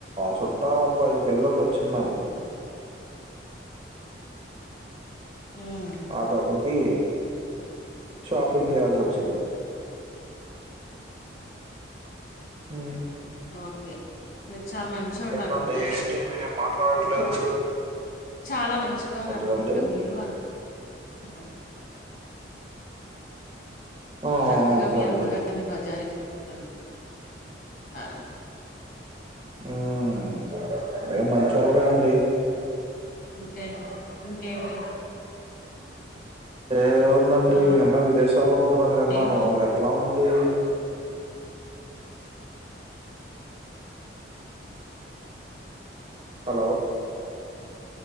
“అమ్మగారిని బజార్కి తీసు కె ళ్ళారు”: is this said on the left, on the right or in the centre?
Left